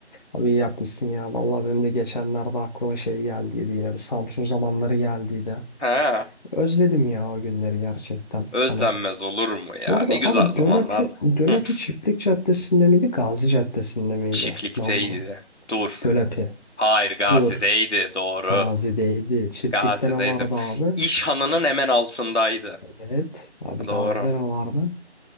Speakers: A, on the left; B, on the left.
A: Abi iyi yapmışsın ya. Vallahi benim de geçenlerde aklıma şey geldiydi yine bir Samsun zamanları geldiydi.
B: Ha
A: Özledim ya o günleri gerçekten.
B: özlenmez
A: Hani
B: olur mu ya
A: bu arada
B: ne güzel
A: abi
B: zamanlardı.
A: Dölepi, Dölepi
B: Hı,
A: Çiftlik Caddesi'nde miydi Gazi Caddesi'nde miydi?
B: çiftlikteydi.
A: Lan bunu.
B: Dur.
A: Dölepi.
B: Hayır Gazi'deydi
A: Dur.
B: doğru.
A: Gazi'deydi. Çiftlik'te
B: Gazi'deydim.
A: ne vardı abi?
B: İş hemen altındaydı.
A: Evet. Abi
B: Doğru.
A: Gazi'de ne vardı?